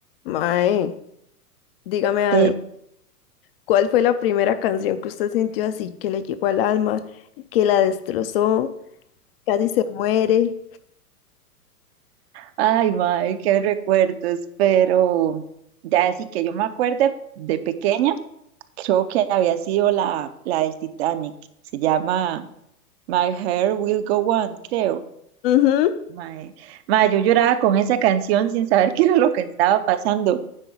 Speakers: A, on the left; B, on the right.
A: Mae, dígame algo.
B: Eh,
A: ¿Cuál fue la primera canción que usted sintió así que le llegó al alma, que la destrozó, casi se muere?
B: ay, madre, qué recuerdos, pero ya así que yo me acuerde de pequeña, creo que había sido la, la del Titanic, se llama My Hair Will Go On, creo.
A: Ujú,
B: Mae, mae, yo lloraba con esa canción sin saber qué era lo que estaba pasando,